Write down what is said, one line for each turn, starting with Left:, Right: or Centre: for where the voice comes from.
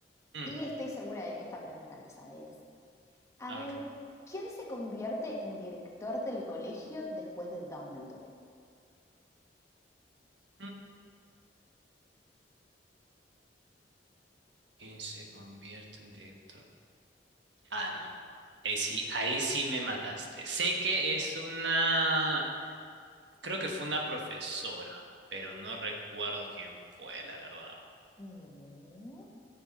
Right: Mm,
Left: Y estoy segura de que esta pregunta la sabés. A
Right: a
Left: ver,
Right: ver.
Left: ¿quién se convierte en director del colegio después de Dumbledore?
Right: Mm, ¿Quién se convierte en director? Ah, no. Ahí sí, ahí sí me mataste. Sé que es una... Creo que fue una profesora, pero no recuerdo quién fue, la verdad.
Left: No.